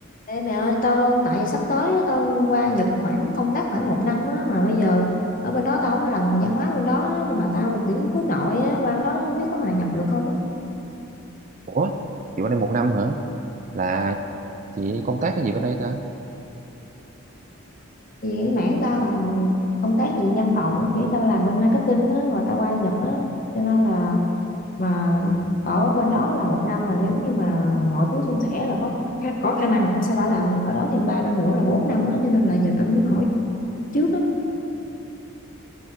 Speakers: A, on the left; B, on the right.
A: Ê mẹ ơi tao tại sắp tới á, tao qua Nhật khoảng công tác khoảng một năm á, mà bây giờ ở bên đó tao không có rành văn hóa bên đó á, mà tao kiểu hướng nội á, qua bên đó không biết có hòa nhập được không á
B: Ủa, chị qua đây một năm hả? Là chị công tác cái gì bên đây ta?
A: vì cái mảng tao là công tác gì văn phòng á kiểu tao làm bên marketing á rồi tao qua Nhật á cho nên là mà ở bên đó là một năm mà nếu như mà mọi thứ suôn sẻ là có có khả năng là tao sẽ phải làm ở đó thêm 3 năm nữa là 4 năm á cho nên là giờ tao muốn hỏi trước á